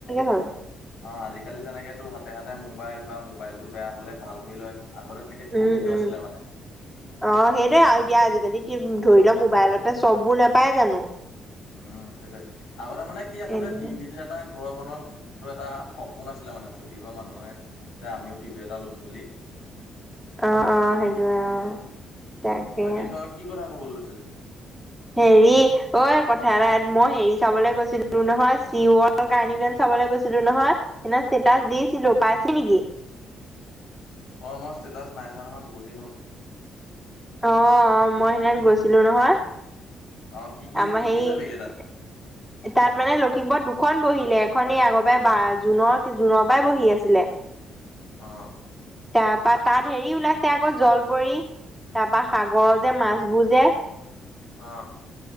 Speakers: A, in the centre; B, on the left (about 85°).
A: হ'ল
B: অ আজিকালি যেনেকে তো হাতে হাতে মোবাইল বা মোবাইলটো বেয়া হলে ভাল কৰি লয় আগতে তেনেকে টিভিটো
A: উম উম
B: আছিলে মানে
A: অ সেইটোৱে আও এতিয়া আজিকালি ধৰি ল মোবাইলতে চববোৰ নাপায় জানো
B: উম সেইটোয়ে আগতে মানে কি আচলতে
A: সেইটো
B: টিভিতোৱে এটা ঘৰখনৰ এটা সপোন আছিলে মানে প্ৰতিঘৰ মানুহে যে আমিও টিভি এটা লম বুলি
A: অ অ সেইটোয়ে অ তাকে
B: উম বাকী তই কি কথা ক'ব লৈছিলি
A: হেৰি ঐ কথা এটা মই হেৰি চাবলৈ গৈছিলো নহয় চিৱত কাৰ্ণি বেল চাবলৈ গৈছিলো নহয় সেইদিনা ষ্টেটাচ দিছিলো পাইছে নেকি
B: অ মই ষ্টেটাচ নাইছোৱা নহয় বহুত দিন হ'ল
A: অ মই তাত গৈছিলো নহয়
B: অ কি কি
A: আমাৰ
B: কি
A: সেই
B: কি চালিগে তাত
A: তাত মানে লখিমপুৰত দুখন বহিলে এখন এই আগৰ পৰাই বা জুনৰ জুনৰ পৰা বহি আছিলে
B: অ
A: তাপা তাত হেৰি ওলাইছে আকৌ জল পৰি তাপা সাগৰৰ যে মাছবোৰ যে
B: অ